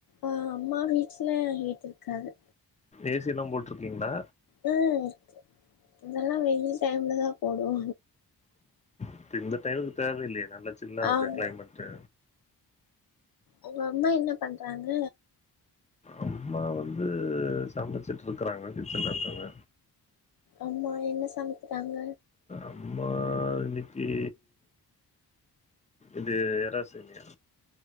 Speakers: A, on the left; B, on the left.
A: ஆ அம்மா வீட்ல ஹீட் இருக்காது
B: ஏசியெல்லா போட்ருக்கீங்ளா
A: ம் இருக்கு அதெல்லா வெயில் டைம்லதா போடுவோ
B: இப்ப இந்த டைமுக்கு தேவ இல்லயே நல்லா சில்லாவுது
A: ஆமா
B: க்ளைமேட்டு
A: உங்க அம்மா என்ன பண்றாங்க
B: அம்மா வந்து சமச்சிட்டுருக்கறாங்க கிச்சன்லருக்காங்க
A: அம்மா என்ன சமைக்கிறாங்க
B: அம்மா இன்னிக்கி இது எறா சேமியா